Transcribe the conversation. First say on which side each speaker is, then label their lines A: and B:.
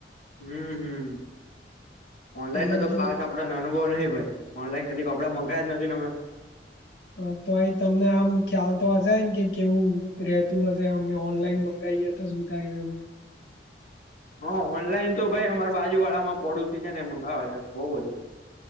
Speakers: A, on the left; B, on the left.
A: હમ્મ હમ્મ ઓનલાઈન
B: એટલે
A: ન તો
B: જ જો
A: ખાસ આપ આપડાને અનુભવ નહીિ ભાઈ ઓનલાઈન કી કપડા મંગાય જ નથી ને અમે.
B: હા તો આ તમને આમ ખ્યાલ તો હશે ને કે કેવું રેતું હશે અમે ઓનલાઈન મંગાવીએ. ત સૂતા એમ
A: હા ઓનલાઈન તો ભાઈ અમાર બાજુ વાળા માં પડોશી છે ને મંગાવવા છે બઉુ બધું.